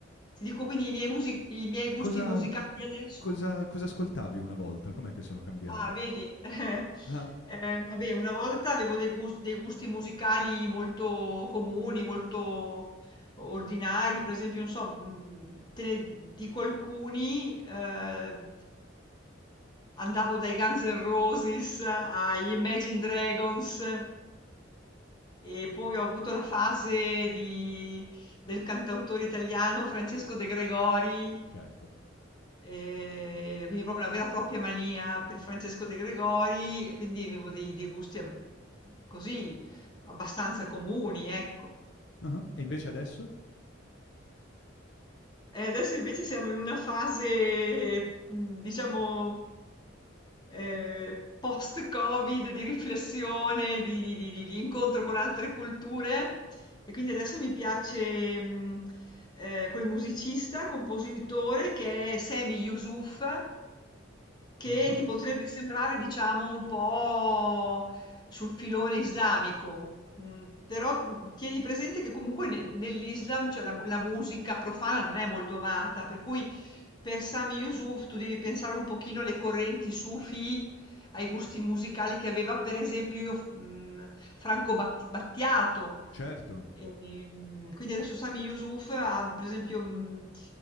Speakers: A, on the left; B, on the left.
A: ti dico quindi i miei, musi- i miei gusti
B: Cosa
A: musicali di adesso.
B: cosa cosa ascoltavi una volta? Com'è che sono cambiati?
A: Ah, vedi, <laughs>
B: Ah.
A: Eh, vabbè, una volta avevo dei gus- dei gusti, musicali molto comuni, molto ordinari, per esempio, non so, mm, te ne dico alcuni, eh, andavo dai Guns N' Roses agli Imagine Dragons e poi ho avuto la fase di- del cantautore italiano Francesco De Gregori
B: Certo.
A: Ehm, quindi proprio una vera e propria mania per Francesco De Gregori e quindi avevo dei dei gusti ab così, abbastanza comuni, ecco.
B: Ah-ah. E invece adesso?
A: E adesso invece siamo in una fase, mhmm, diciamo, ehm, post-Covid di riflessione, di di di di di incontro con altre culture e quindi adesso mi piace, mhmm, ehm, quel musicista, compositore che è Sami Yusuf che
B: Ah-ah.
A: ti potrebbe sembrare, diciamo, un po' sul filone islamico, mm, però mm, tieni presente che comunque ne- nell'Islam, cioè la, mu- la musica profana non è molto amata, per cui per Sami Yusuf tu devi pensare un pochino alle correnti sufi, ai gusti musicali che aveva per esempio mm, Franco Bat- Battiato.
B: Certo,
A: Ehm, quindi adesso Sami Yusuf ha, per esempio, mh,